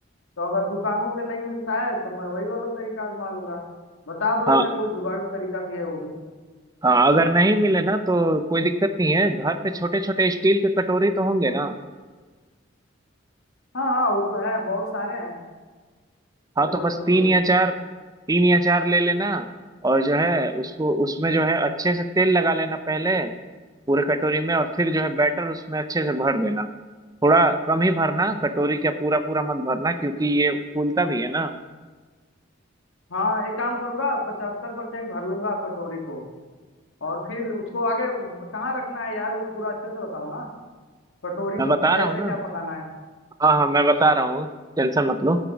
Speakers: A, on the left (about 85°); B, on the right (about 20°).
A: तो अगर दुकानों पे नहीं मिलता है तो मैं वही वाला तरीका आजमा लूंगा बता दो
B: हाँ
A: ऐसा कोई जुगाड़ू तरीका भी है वो भी
B: हाँ अगर नहीं मिले ना तो कोई दिक्कत नहीं है घर पे छोटे छोटे स्टील के कटोरी तो होंगे ना
A: हाँ हाँ वो तो है बहुत सारे हैं छोटे
B: हाँ तो बस
A: छोटे कटोरी
B: तीन या चार तीन या चार ले लेना और जो है उसको उसमें जो है अच्छे से तेल लगा लेना पहले पूरे कटोरी में और फिर जो है बैटर उसमें अच्छे से भर देना थोड़ा कम ही भरना कटोरी का पूरा पूरा मत भरना क्योंकि ये फूलता भी है ना
A: हाँ एक काम करूंगा पचहत्तर परसेंट भर लूंगा कटोरी को और फिर उसको आगे कहाँ रखना है यार वो पूरा अच्छे से बताओ ना कटोरी
B: मैं
A: को
B: बता
A: कैसे
B: रहा हूँ ना
A: क्या पकाना है
B: हाँ हाँ मैं बता रहा हूँ टेंशन मत लो